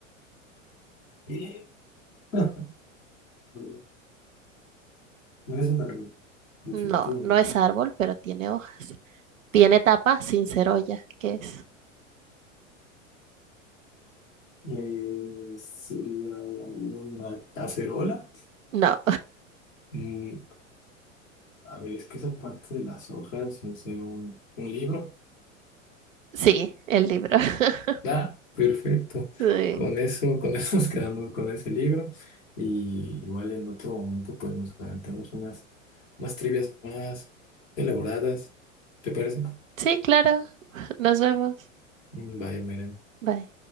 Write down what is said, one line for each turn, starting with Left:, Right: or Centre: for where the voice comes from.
Left: Eh, ah, No es una rubia, definitivamente.
Right: No, no es árbol, pero tiene hojas. Tiene tapa sin ser olla. ¿Qué es?
Left: Eh, sería una cacerola.
Right: No,
Left: Mm, a ver, es que esa parte de las hojas, sin ser un, un libro.
Right: <laughs> sí, el libro. <laughs>
Left: Ah, perfecto.
Right: Sí,
Left: Con eso, con eso <laughs> nos quedamos con ese libro. Y igual en otro momento, pues nos aventamos unas, unas trivias más elaboradas. ¿Te parece?
Right: sí, claro. Nos vemos.
Left: Mm, Vaya, miren.
Right: Bye.